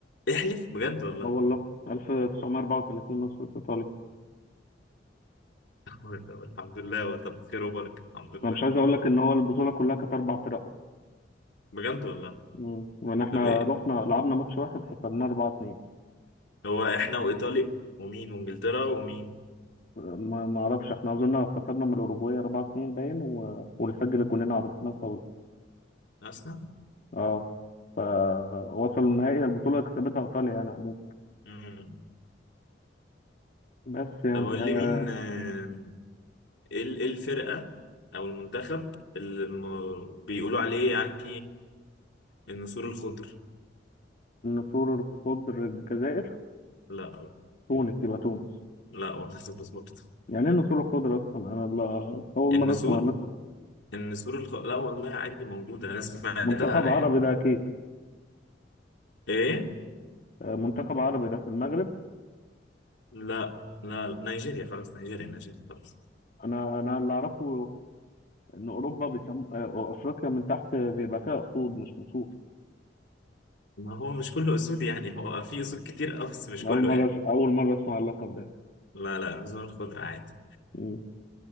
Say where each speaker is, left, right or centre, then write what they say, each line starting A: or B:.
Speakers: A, on the left; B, on the left.
A: احلف بجد والله
B: اه والله 1934 نصف ايطاليا
A: <laughs> طب الحمد لله هو طب خير وبركة الحمد لله
B: فمش عايز اقول لك ان هو البطوله كلها كانت اربع فرق
A: بجد والله
B: مم. وان احنا
A: طب ايه
B: رحنا لعبنا ماتش واحد خسرناه 4 2
A: هو احنا وإيطاليا ومين وإنجلترا ومين
B: ما ما اعرفش احنا اظن خسرنا من الاوروجواي 4 2 باين و... واللي سجل الجونين عبد الرحمن فوزي
A: أصلا
B: اه فوصلوا النهائي البطوله اللي كسبتها ايطاليا يعني عموما
A: مم.
B: بس يعني
A: طب قول لي مين
B: آه
A: آه، ايه ال- إيه الفرقة أو المنتخب اللي م- بيقولوا عليه يعني النسور الخضر
B: النسور الخضر الجزائر
A: لا
B: تونس يبقى تونس
A: لا والله <laughs> بس برضه
B: يعني ايه النسور الخضر اصلا انا لا... اول
A: النسور
B: مره اسمع لك
A: ان سور الخ... لا والله عادي موجودة انا سمعتها
B: منتخب
A: يعني
B: عربي ده اكيد
A: ايه
B: آه منتخب عربي ده في المغرب
A: لا لا نيجيريا خلاص نيجيريا نيجيريا خلاص
B: انا انا اللي اعرفه ان اوروبا بيسم... آه، افريقيا من تحت بيبقى فيها اسود مش نسور
A: ما هو مش كله اسود يعني هو في اسود كتير اه بس مش كله
B: اول مره
A: يعني
B: أس... اول مره اسمع اللقب ده
A: لا لا نزول الخضرة عادي
B: مم.